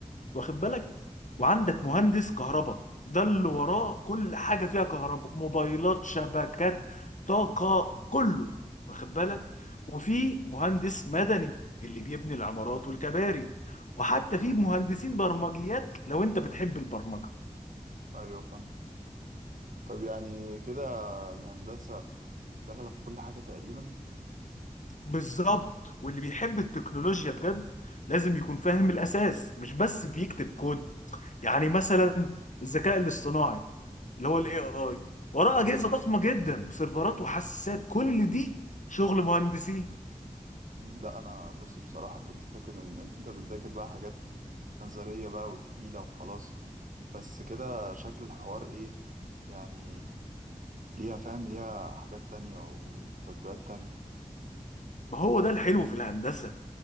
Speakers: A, on the left (about 60°); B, on the right (about 65°).
A: واخد
B: مم.
A: بالك وعندك مهندس كهرباء ده اللي وراه كل حاجه فيها كهرباء موبايلات شبكات طاقه كله واخد بالك وفي مهندس مدني اللي بيبني العمارات والكباري وحتى في مهندسين برمجيات لو انت بتحب البرمجه
B: أيوة فاهم طب يعني كده الهندسة داخلة في كل حاجة تقريبا
A: بالظبط واللي بيحب التكنولوجيا بجد لازم يكون فاهم الأساس مش بس بيكتب كود يعني مثلا الذكاء الاصطناعي اللي هو الاي اي وراه أجهزة ضخمة جدا وسيرفرات وحساسات كل دي شغل مهندسين
B: مم. لا أنا بص بصراحة كنت فاكر إن أنت بتذاكر بقى حاجات نظرية بقى وتقيلة وخلاص بس كده شكل الحوار إيه يعني ليها فاهم ليها حاجات تانية وتطبيقات تانية
A: ما هو ده الحلو في الهندسة